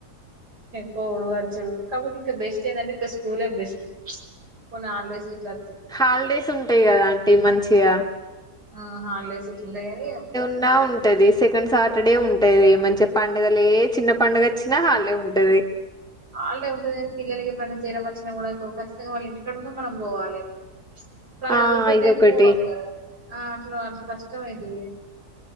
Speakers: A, on the right; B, in the centre.
A: పోడు వచ్చడు కాకపోతే ఇంకా బెస్ట్ ఏంటంటే ఇంకా స్కూలే బెస్ట్ ఉన అల్డేస్ సిట్లా
B: హాలీడేస్ ఉంటాయి గదా అంటీ మంచిగా
A: ఆ హాలిడేస్ ఇట్ంటయి గనీ
B: న్నా ఉంటది సెకండ్ సాటర్డే ఉంటది మంచిగా పండుగలే చిన్న పండుగ వచ్చినా హాల్డే ఉంటది
A: ఆళ్డే ఉంటుది కానీ పిల్లలకి ఎప్పుడైనా చేీరం వచ్చినా కూడా ఇప్పుడు ఖచ్చితంగా వాళ్ళ ఇంటిక్కడ ఉన్న మనం పోవాలి ప్రళణందురి
B: ఆ
A: పెట్టైను
B: ఇదొకటి
A: పోవాలి గదర ఆ అట్లా అట్లా కష్టం అయితది